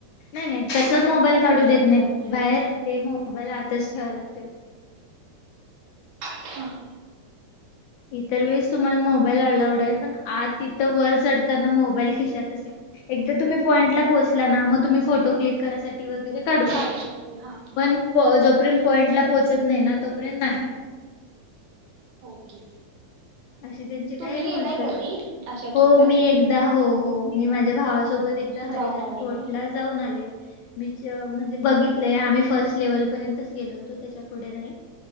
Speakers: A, on the left; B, on the right.
A: नाही नाही कस मोबाईल
B: काय
A: काढू
B: काय साहित्य
A: देत नाही
B: आपलं
A: बाहेर ते मोबाईल आताच ठेवा लागतय.
B: हा.
A: इतर वेळेस तुम्हाला मोबाईल अलावुड आहे. पण आत तिथं वर चढताना मोबाईल खिशातच ठेवा. एकदा तुम्ही पॉईंटला पोहोचला ना मग तुम्ही फोटो क्लिक करण्यासाठी वगैरे, काडू
B: काढू
A: शकता,
B: शकते हा
A: पण जोपर्यंत
B: ओके
A: पॉइंट ला पोहोचत नाही ना तोपर्यंत नाही.
B: ओके.
A: अशी त्यांची काही
B: तुम्ही
A: रूल्स
B: गेलाय कधी
A: आहे.
B: अशा
A: हो
B: ट्रिपला
A: मी एकदा हो हो, मी माझ्या भावासोबत एकदा हरिहर
B: जाऊन आलाय
A: फोर्टला
B: काय
A: जाऊन आले. मी. म्हणजे बघितले
B: ओके
A: आम्ही फर्स्ट. लेवल पर्यंतचं, गेलो होतो त्याच्या पुढे नाही.